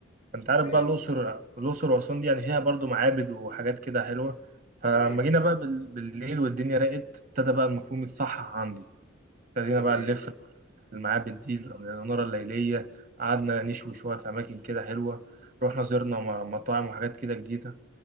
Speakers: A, on the right; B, on the left.
A: فانت
B: تمام
A: عارف بقى الاقصر الاقصر واسوان دي يعني فيها برضو معابد وحاجات كده حلوة فلما
B: تمام
A: جينا بقى بال- بالليل والدنيا راقت ابتدى بقى المفهوم الصح عندي ابتدينا
B: تمام
A: بقى نلف في المعابد دي الإنارة الليلية قعدنا نشوي شوية في أماكن كده حلوة رحنا زرنا م- مطاعم وحاجات كده جديدة